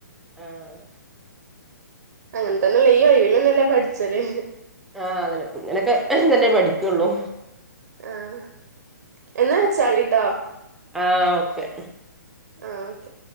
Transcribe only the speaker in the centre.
ആഹ്.
ആഹ് അതിനൊപ്പെ ഇങ്ങനൊക്കെ തന്നെ പഠിക്കുള്ളു
ആഹ് ഓക്കെ